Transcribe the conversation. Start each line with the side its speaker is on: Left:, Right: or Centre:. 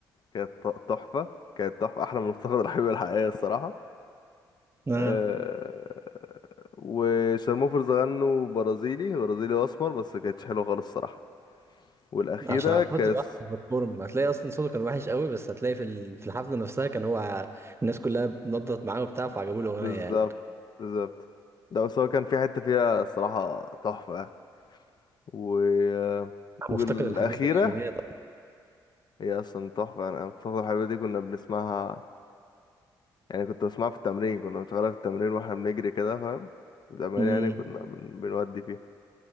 Left: كانت ت- تحفة كانت تحفة احلى من مفتقد الحبيبة الحقيقية الصراحة
Right: آه.
Left: آه، وشارموفرز غنوا برازيلي برازيلي واسمر بس كانتش حلوة خالص الصراحة والأخيرة
Right: عشان المفروض
Left: كاس
Right: تبقى أحسن بيرفورم هتلاقي اصلا صوته كان وحش قوي بس هتلاقي في ال- في الحفله نفسها كان هو ع- الناس كلها بتنضت معاه وبتاع فعجبوه الاغنيه
Left: بالظبط
Right: يعني
Left: بالظبط ده بس هو كان في حتة فيها الصراحة تحفة و... والأخيرة
Right: مفتقد الحبيبه دي اغنيه طبعا
Left: هي أصلا تحفة أنا فاكر الحلوة دي كنا بنسمعها يعني كنت بسمعها في التمرين كنا بنشغلها في التمرين واحنا بنجري كده فاهم زمان
Right: امم
Left: يعني كنا بن... بنودي فيها